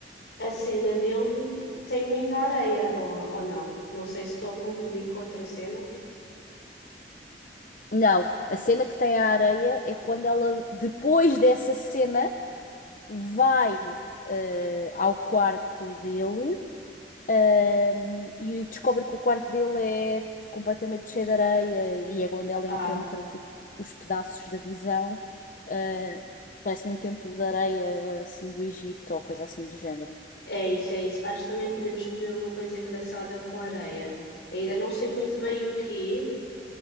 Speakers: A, on the left (about 80°); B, on the left (about 50°).
A: a cena dele tem muita areia, ou, ou não. Não sei se estou a confundir com outra cena.
B: Não, a cena que tem a areia é quando ela, depois dessa cena, vai eh, ao quarto dele ehm, e descobre que o quarto dele é completamente cheio de areia e é quando ela
A: Ah,
B: encontra tipo, os pedaços da visão. eh, parece num templo de areia assim do Egito ou coisa assim do género.
A: é isso, é isso. Acho que também podemos fazer uma coisa engraçada com areia. Ainda não sei muito bem
B: Co-
A: o que